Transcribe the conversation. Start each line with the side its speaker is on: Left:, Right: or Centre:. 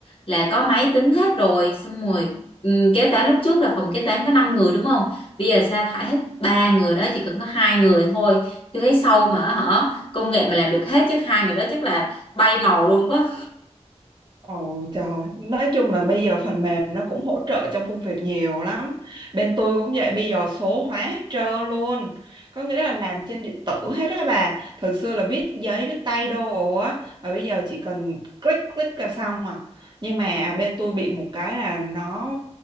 Left: là có máy tính hết rồi, xong rồi ừ, kế toán lúc trước là phòng kế toán có 5 người đúng không? Bây giờ sa thải hết ba người đó chỉ cần có hai người thôi. Tôi thấy sâu mà hả công nghệ mà làm được hết chắc hai người đó chắc là bay màu luôn quá
Right: Ồ trời, nói chung là bây giờ phần mềm nó cũng hỗ trợ trong công việc nhiều lắm. Bên tôi cũng vậy, bây giờ số hóa hết trơn luôn. Có nghĩa là làm trên điện tử hết á bà. Thời xưa là viết giấy, viết tay đồ á, mà bây giờ chỉ cần click click là xong à. Nhưng mà bên tôi bị một cái là nó